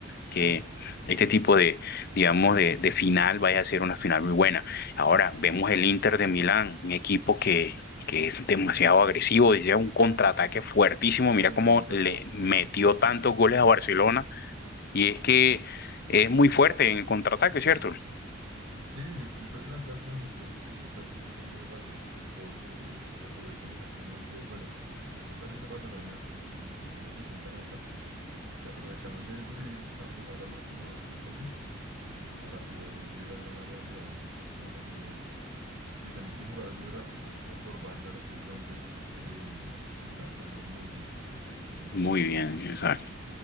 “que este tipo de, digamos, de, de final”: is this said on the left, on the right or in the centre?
Left